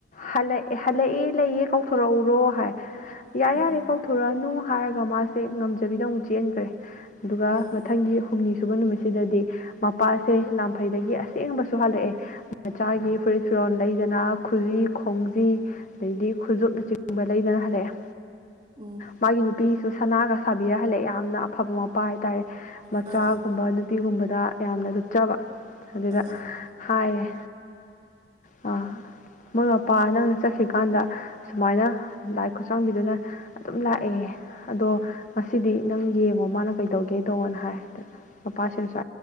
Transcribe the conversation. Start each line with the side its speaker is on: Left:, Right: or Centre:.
Left: ꯍꯜꯂꯛ ꯍꯜꯂꯛꯑꯦ ꯂꯩꯌꯦ ꯀꯧꯊꯣꯔꯛꯎꯔꯣ ꯍꯥꯏ ꯌꯥꯔꯦ
Right: <unintelligible>
Left: ꯌꯥꯔꯦ ꯀꯧꯊꯣꯔꯛꯑꯅꯨ ꯍꯥꯏꯔꯒ ꯃꯥꯁꯦ ꯉꯝꯖꯕꯤꯗ ꯑꯃꯨꯛ ꯆꯦꯟꯒ꯭ꯔꯦ ꯑꯗꯨꯒ
Right: ꯑꯥ
Left: ꯃꯊꯪꯒꯤ ꯍꯨꯝꯅꯤ ꯁꯨꯕ ꯅꯨꯃꯤꯠꯁꯤꯗꯗꯤ ꯃꯄꯥꯁꯦ ꯂꯥꯐꯩꯗꯒꯤ ꯑꯁꯦꯡꯕꯁꯨ ꯍꯜꯂꯛꯑꯦ ꯃꯆꯥꯒꯤ ꯐꯨꯔꯤꯠ ꯐꯤꯔꯣꯜ ꯂꯩꯗꯅ ꯈꯨꯖꯤ ꯈꯣꯡꯖꯤ ꯑꯗꯩꯗꯤ ꯈꯨꯁꯨꯞꯅ ꯆꯤꯡꯕ ꯂꯩꯗꯅ ꯍꯜꯂꯛꯑꯦ
Right: ꯎꯝ
Left: ꯃꯥꯒꯤ ꯅꯨꯄꯤꯁꯨ ꯁꯅꯥꯒ ꯁꯥꯕꯤꯔꯍꯜꯂꯛꯑꯦ ꯌꯥꯝꯅ ꯑꯐꯕ ꯃꯄꯥ ꯍꯥꯏꯇꯥꯔꯦ ꯃꯆꯥꯒꯨꯝꯕ
Right: ꯑꯥ ꯑꯥ
Left: ꯅꯨꯄꯤꯒꯨꯝꯕꯗ ꯌꯥꯝꯅ ꯂꯨꯞꯆꯕ ꯑꯗꯨꯗ
Right: ꯑꯥ ꯑꯥ
Left: ꯍꯥꯏꯌꯦ ꯑꯥ ꯃꯣꯏ ꯃꯄꯥ ꯅꯪꯅ ꯆꯠꯈꯔꯤꯀꯥꯟꯗ ꯁꯨꯃꯥꯏꯅ ꯂꯥꯏ ꯈꯨꯠꯁꯥꯡꯕꯤꯗꯨꯅ ꯑꯗꯨꯝ ꯂꯥꯛꯑꯦ ꯑꯗꯣ ꯉꯁꯤꯗꯤ ꯅꯪ ꯌꯦꯡꯉꯣ ꯃꯥꯅ ꯀꯩꯗꯧꯒꯦꯗꯧꯕꯅ ꯍꯥꯏꯗꯅ ꯃꯄꯥ ꯁ ꯁ꯭ꯏ